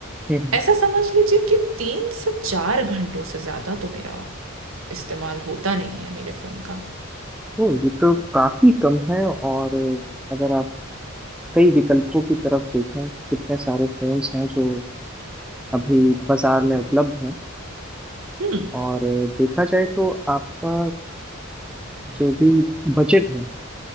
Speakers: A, in the centre; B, on the right.
A: हम्म
B: ऐसा समझ लीजिए कि तीन से चार घंटों से ज्यादा तो मेरा इस्तेमाल होता नहीं है मेरे फोन का
A: तो ये तो काफी कम है और अगर आप कई विकल्पों की तरफ देखें कितने सारे फोन्स हैं जो अभी बाजार में उपलब्ध हैं
B: हम्म
A: और देखा जाए तो आपका जो भी बजट है